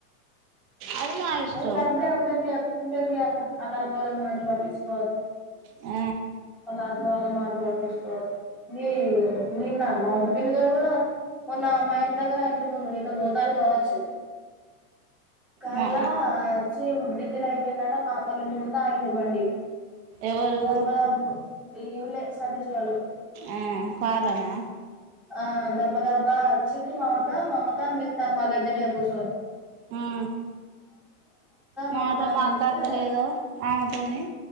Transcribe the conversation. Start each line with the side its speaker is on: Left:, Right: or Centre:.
Right: అది మా ఇష్టం
Centre: తప్పేముంది చేస్ ఉంటది అక్క అలాంటి వాళ్ళ మాటలు పట్టించుకోవద్దు
Right: ఆ
Centre: అలాంటి వాళ్ళ మాటలు పట్టించకోవద్దు. మీ మీ నా మా ద పిన్నీ గారు కూడా మొన్న మా ఇంటి దగ్గర ఇంటి ముందు ఇంత భూతాలు కావచ్చు కార్లా
Right: మా
Centre: వచ్చి డీజిలు అయిపోయిందంటా మా అమ్మ వాళ్ళింటి ముందు ఆగింది బండి
Right: ఎవరు
Centre: దొబ్బ లేక పో ఈవులే సతీష్ గారు
Right: ఆ కారులోనా
Centre: ఆ దబ్బ దబ్బ చి మమత మమతా అని పి ధర్మ గడ్డనే కూసో
Right: మ్మ్ మాతో
Centre: మమత అని
Right: మాట్లాడతలేదో
Centre: పిలిత్తే
Right: ఆమెతోని